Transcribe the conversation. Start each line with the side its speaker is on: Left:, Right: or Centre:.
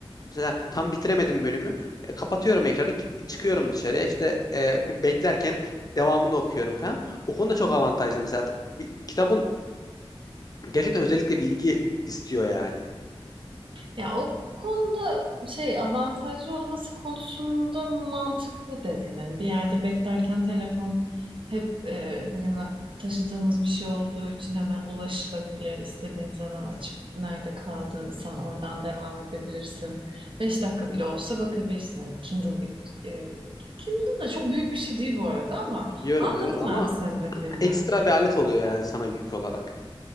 Left: Mesela tam bitiremedim bölümü. E, kapatıyorum ekranı, git, çıkıyorum dışarıya. İşte e, bir beklerken devamını okuyorum falan. O konuda çok avantajlı mesela. T- Bir, kitabın gerçekten özellikle bilgi istiyor yani.
Right: Ya o konuda şey avantajlı olması konusunda mantıklı dediğin. Hani bir yerde beklerken telefon hep e, hani hemen taşıdığımız bir şey olduğu için hemen ulaşılabilir. İstediğin zaman açıp nerede kaldıysan oradan devam edebilirsin. Beş dakika bile olsa bakabilirsin. Hani Kindle gibi. e, Kindle da çok büyük bir şey değil bu arada ama
Left: Biliyorum
Right: anladım
Left: evet ama
Right: ben sen dediğini.
Left: ekstra bir alet oluyor yani sana yük olarak.